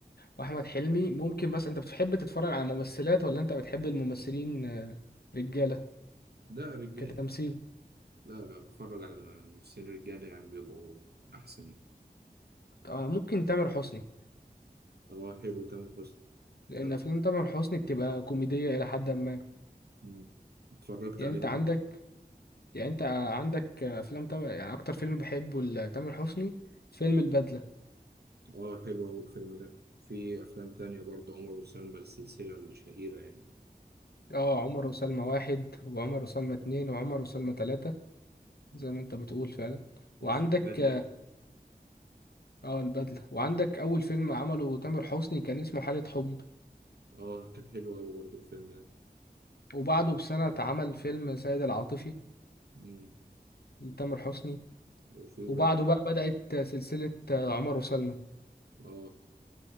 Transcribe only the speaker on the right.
ده رجالي
لا لا بتفرج على ممثلين رجالة يعني بيبقوا احسن يعني
هو حلو تامر حسني
طب
مم. اتفرجت
عليه
اه حلو أوي الفيلم ده في أفلام تانية برضه عمر وسلمى السلسلة الشهيرة يعني
مم.
وفي
بدلة
اه كان حلو أوي برضه الفيلم ده
مم.
وفي
بقى
اه